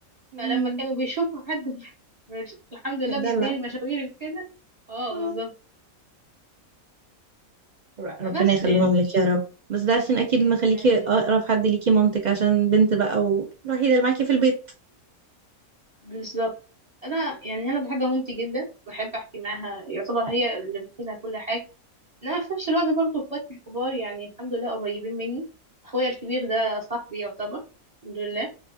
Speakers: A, on the right; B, on the right.
A: امم
B: فلما كانوا بيشوفوا حد <laughs> مش- الحمد لله
A: بتدلع
B: بيقضي لي مشاويري وكده اه
A: اه
B: بالظبط
A: ر- ربنا
B: بس
A: يخليهم
B: يعني
A: لك يا رب بس ده عشان اكيد مخليكي
B: امين
A: اقرب حد ليكي مامتك عشان بنت بقى والوحيده اللي معاكي في البيت
B: بالظبط انا يعني انا بحب مامتي جدا بحب احكي معاها يعتبر هي اللي بحكي لها كل حاجه لا في نفس الوقت برضو اخواتي الكبار يعني الحمد لله قريبين مني اخويا الكبير ده صاحبي يعتبر الحمد لله